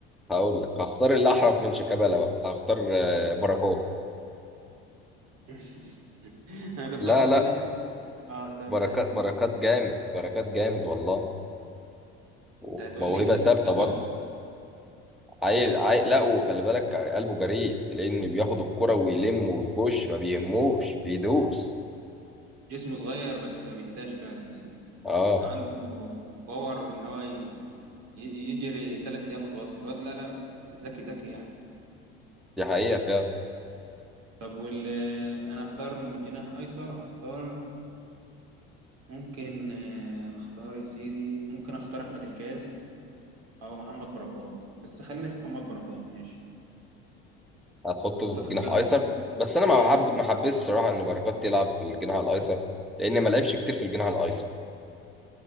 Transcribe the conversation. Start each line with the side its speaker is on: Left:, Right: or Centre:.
Centre: هقول
Right: مم.
Centre: لك هختار اللي أحرف من شيكابالا بقى هختار آه، بركات
Right: <laughs> انا كنت
Centre: لا
Right: هحط
Centre: لا
Right: الناحيه اه تمام
Centre: بركات بركات جامد بركات جامد والله وموهبة
Right: انت هتقول لي
Centre: ثابتة
Right: الزباق
Centre: برضه عيل عيل لا وخلي بالك قلبه جريء تلاقيه إن بياخد الكرة ويلم ويخش ما بيهموش بيدوس
Right: جسمه صغير بس ما بيهداش فعلا
Centre: اه
Right: عنده باور ان هو ي- يجري ثلاث ايام متواصل الواد لا لا لا ذكي ذكي يعني
Centre: دي حقيقة فعلا
Right: طب وال انا هختار من الجناح ايسر هختار ممكن آه، اختار يا سيدي ممكن اختار احمد الكاس او محمد بركات بس خليني في محمد بركات ماشي
Centre: هتحطه
Right: انت
Centre: في
Right: تختار
Centre: جناح أيسر
Right: مين
Centre: بس أنا ما
Right: مم.
Centre: بحب ما حبيتش الصراحة إن بركات يلعب في الجناح الأيسر لأن ما لعبش كتير في الجناح الأيسر